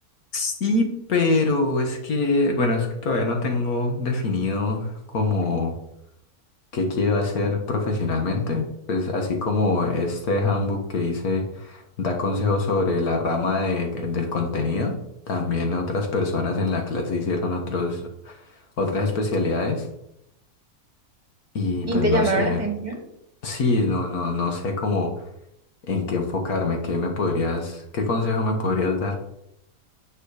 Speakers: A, on the left (about 75°); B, on the right (about 30°).
A: Sí, pero es que, bueno, es que todavía no tengo definido como qué quiero hacer profesionalmente. Pues así como este handbook que hice da consejos sobre la rama de- del contenido, también otras personas en la clase hicieron otros, otras especialidades y
B: ¿Y
A: pues
B: te
A: no
B: llamaron
A: sé,
B: la atención?
A: sí, no, no, no sé cómo en qué enfocarme, qué me podrías, qué consejo me podrías dar.